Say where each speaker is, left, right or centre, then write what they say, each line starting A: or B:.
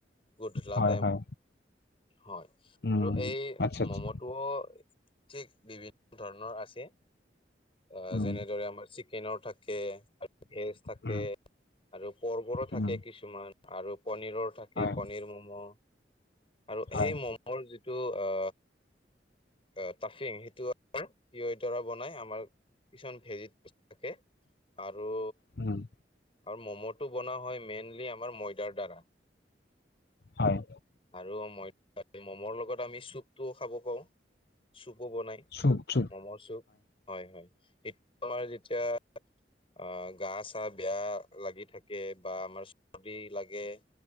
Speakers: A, on the left (about 30°); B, on the left (about 60°).
A: গধূলা
B: হয়
A: টাই
B: হয়
A: হয়
B: উম
A: আৰু এই
B: আচ্ছা আচ্ছা
A: ম'ম ত ঠিক বিভিন্ন ধৰণৰ আছে অ',
B: উম
A: যেনেদৰে আমাৰ চিকেনৰ থাকে আৰু ভেজ থাকে
B: উম
A: আৰু পৰ্গৰো থাকে
B: উম
A: কিছুমান আৰু পনীৰৰ থাকে
B: হয়
A: পনীৰ মম' আৰু
B: হয়
A: সেই মমৰ যিটো অ অ', তাফিং সেইটো বনাই আমাৰ কিছুমান ভেজিটেবল থাকে আৰু
B: উম,
A: আৰু ম'ম'টো বনোৱা হয় মেইনলি আমাৰ ময়দাৰ দ্বাৰা
B: হয়
A: আৰু মই মমৰ লগত আমি চুপটোও খাব পাওঁ চুপো বনাই
B: চুপ চুপ
A: মম' চুপ হয় হয়টো আমাৰ যেতিয়া অ', গা চা বেয়া লাগি থাকে বা আমাৰ চৰ্দি লাগে